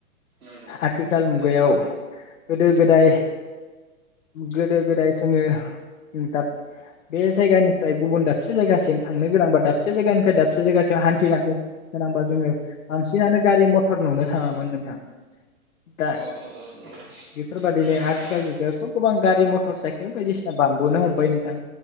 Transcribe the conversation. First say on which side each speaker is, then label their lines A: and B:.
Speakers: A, on the right; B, on the left.
A: नंगौ
B: आथिखाल
A: थारैनो
B: मुगायाव गोदो गोदाय गोदो गोदाय जोङो दाब बे जायगानिफ्राय गुबुन दाबसे जायगासिम थांनो गोनांबा दाबसे जायगानिफ्राय दाबसे जायगासिम हान्थिलांनो गोनांबा जोङो बांसिनानो गारि मथर नुनो
A: उम
B: थाङामोन नोंथां दा
A: औ औ नंगौ
B: बेफोरबादिनो
A: थारैनो
B: आथिखाल जुगाव सब गोबां गारि मटर साइकेल बायदिसिना बांबोनो हमबाय नोंथां